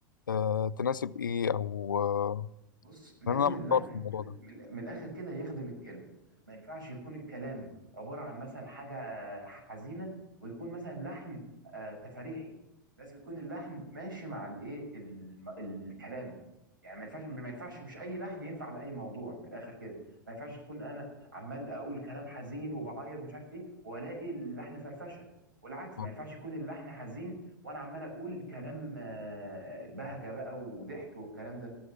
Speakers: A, on the left; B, on the right.
A: آه، تناسب ايه او آه،
B: بص لازم
A: لأن انا محتار
B: اللحن
A: في الموضوع
B: من
A: ده
B: من- من الاخر كده يخدم الكلمه ما ينفعش يكون الكلام عباره عن مثلا حاجه حزينه ويكون مثلا لحن آه، تفريحي لازم يكون اللحن ماشي مع الايه الم- الكلام يعني ما ينفعش ما ينفعش مش اي لحن ينفع لاي موضوع من الاخر كده ما ينفعش تكون انا عمال اقول كلام حزين وبعيط ومش عارف ايه والاقي اللحن فرفشه والعكس
A: آه،
B: ما ينفعش يكون اللحن حزين وانا عمال اقول كلام آه، بهجه بقى وضحك والكلام ده